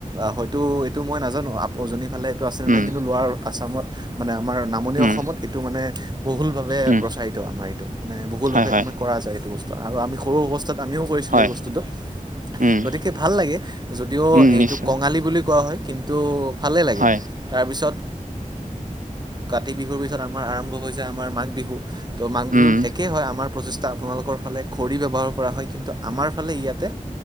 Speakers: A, on the right; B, on the right.
A: অ হয়তো এইটো মই নাজানো আপজনী। ফালে এইটো আছে ন
B: উম,
A: নাই কিন্তু লোৱাৰ আছামত মানে আমাৰ নামনি
B: উম,
A: অসমত এইটো মানে বহুলভাৱে
B: উম,
A: প্ৰচাৰিত আমাৰ এইটো, মানে বহুলভাৱে
B: হয়, হয়,
A: আমাৰ কৰা আছে এইটো। বস্তু আৰু আমি। সৰু অৱস্থাত আমিও কৰিছিলোঁ
B: হয়,
A: এই বস্তুটো
B: উম,
A: গতিকে ভাল লাগে যদিও
B: উম,
A: এইটো
B: নিশ্চয়,
A: কঙালী বুলি কোৱা হয় কিন্তু ভালেই লাগে
B: হয়,
A: তাৰপিছত কাতি বিহুৰ, পিছত আমাৰ আৰম্ভ হৈ যায় আমাৰ মাঘ বিহু, ত' মাঘ
B: উম,
A: বিহুৰ একে হয়, আমাৰ প্ৰচেষ্টা। আপোনালোক। ফালে খৰি ব্যৱহাৰ কৰা হয়, কিন্তু আমাৰ ফালে ইয়াতে।